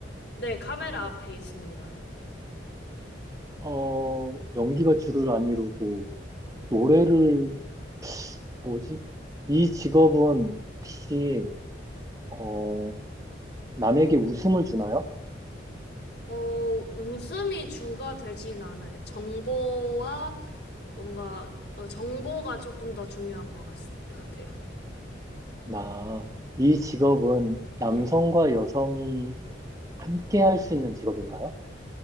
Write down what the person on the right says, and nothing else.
어, 연기가 주를 안 이루고, 노래를,
뭐지? 이 직업은 혹시, 어, 남에게 웃음을 주나요?
나, 이 직업은 남성과
여성이 함께 할 수 있는 직업인가요?